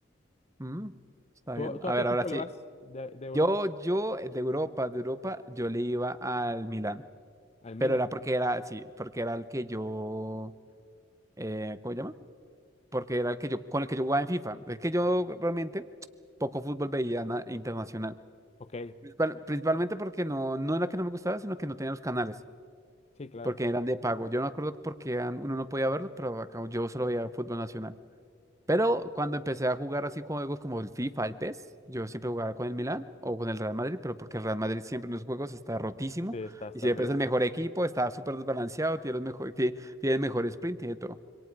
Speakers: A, on the right; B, on the left.
A: Mm, está
B: ¿Tú,
A: bien.
B: tú
A: A
B: a
A: ver,
B: qué equipo
A: ahora sí.
B: le vas de, de Europa?
A: Yo, yo, eh, de Europa, de Europa, yo le iba al Milán.
B: ¿Al Milan?
A: Pero era porque era, sí, porque era el que yo, eh, ¿cómo se llama? Porque era el que yo, con el que yo jugaba en FIFA. Es que yo realmente poco fútbol veía na- internacional.
B: Ok,
A: Principal- principalmente porque no, no era que no me gustaba, sino que no tenía los canales,
B: sí, claro.
A: porque eran de pago. Yo no me acuerdo por qué an- uno no podía verlos, pero acá yo solo veía fútbol nacional. Pero cuando empecé a jugar así con juegos como el FIFA, el PES, yo siempre jugaba con el Milán o con el Real Madrid, pero porque el Real Madrid siempre en los juegos está rotísimo
B: Sí, está hasta
A: y siempre
B: arriba,
A: es el mejor equipo, está súper desbalanceado, tiene, los mejor, tiene, tiene el mejor sprint, tiene todo.